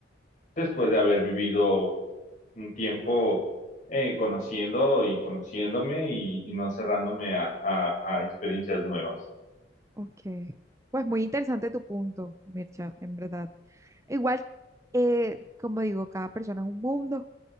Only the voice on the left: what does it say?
después de haber vivido un tiempo eh, conociendo y conociéndome y, y no cerrándome a, a, a experiencias nuevas.